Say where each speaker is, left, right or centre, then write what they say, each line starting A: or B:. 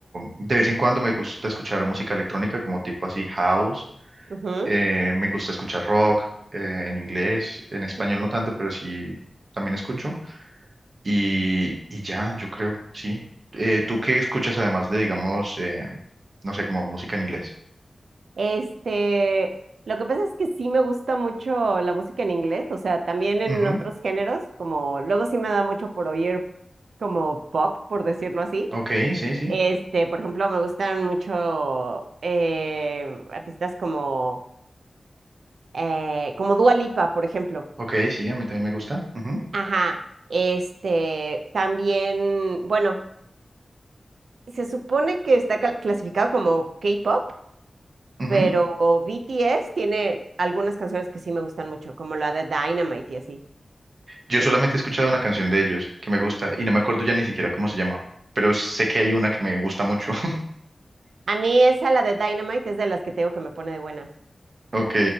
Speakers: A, on the right; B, on the right.
A: de vez en cuando me gusta escuchar música electrónica como tipo así house
B: ujú,
A: eh, me gusta escuchar rock eh, en inglés, en español
B: ujú.
A: no tanto, pero sí también escucho. Y, y ya, yo creo, sí. Eh, ¿tú qué escuchas además de, digamos, eh, no sé, como música en inglés?
B: Este, lo que pasa es que sí me gusta mucho la música en inglés, o sea, también en
A: Ujú,
B: otros géneros, como luego sí me da mucho por oír como pop, por decirlo así.
A: Ok, sí, sí.
B: Este, por ejemplo, me gustan mucho eh, artistas como, eh, como Dua Lipa, por ejemplo.
A: Ok, sí, a mí también me gusta. ujú,
B: Ajá, este, también, bueno, se supone que está cal- clasificado como K-pop,
A: ujú.
B: pero BTS tiene algunas canciones que sí me gustan mucho, como la de Dynamite y así.
A: Yo
B: De-
A: solamente he escuchado una canción de ellos que me gusta y no me acuerdo ya ni siquiera cómo se llama, pero sé que hay una que me gusta mucho. <laughs>
B: a mí esa, la de Dynamite, es de las que tengo que me pone de buenas.
A: Ok,